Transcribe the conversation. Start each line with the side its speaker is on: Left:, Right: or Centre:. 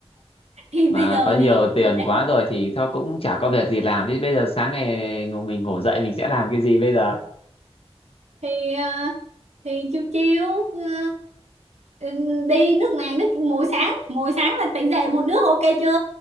Right: thì
Left: mà
Right: bây giờ
Left: có nhiều
Right: này
Left: tiền
Right: được đấy.
Left: quá rồi thì thôi cũng chả có việc gì làm thế bây giờ sáng ngày ngủ- mình ngủ dậy mình sẽ làm cái gì bây giờ
Right: thì ờ, thì chiêu chiêu ờ, ừ, đi nước này nước mỗi sáng mỗi sáng là tỉnh dậy một nước ok chưa